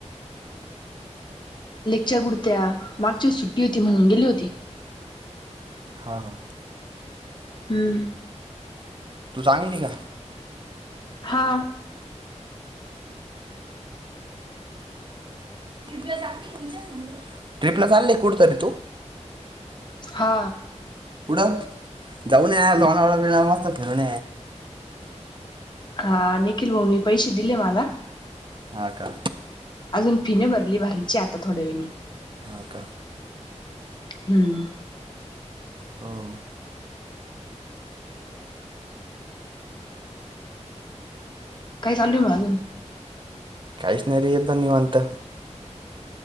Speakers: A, on the left; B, on the right.
A: लेक्चर बुडत्या मागच्या व सुट्टी होती म्हणूनून गेली होती
B: हा हा
A: हम्म
B: तू चांगली का
A: हा
B: ल ट्रिप्लस आले कुठतरी तू
A: हा
B: कुठं जाऊन लोहणा बिरणार मस्त फिरवून
A: हा निखिल भाऊनी पैसे दिले मला
B: हा का
A: अजून फिने भरली भारीची आता थोड्या वणी
B: अका
A: हम्म
B: हो
A: काही चालूय मला अजून
B: काहीच नाही र ये निवांत